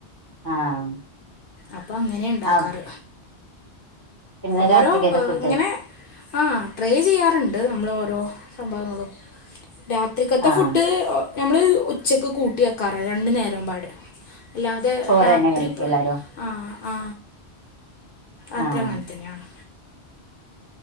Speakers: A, on the right; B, on the left.
A: ആഹ്
B: അപ്പൊ അങ്ങനെ ഇണ്ടാക്കാറ്
A: ആഹ് പിന്നെ
B: ഓരോ
A: രാത്രിക്കത്തെ ഫുഡ്
B: ഇങ്ങനെ ആ ട്രേ ചെയ്യാറുണ്ട് നമ്മൾ ഓരോ സംഭവങ്ങളും രാ തക്കത്തെ
A: ആഹ്
B: ഫുഡ് നമ്മള് ഉച്ചക്ക് കൂട്ടി വെക്കാറ രണ്ടു നേര പാട് അല്ലാതെ
A: ചോറ്
B: രാത്രി
A: തന്നെ കഴിക്കും എല്ലാരും
B: ആ ആ അത്രങ്ങണ്ടി
A: ആഹ്
B: തന്നെയാണ്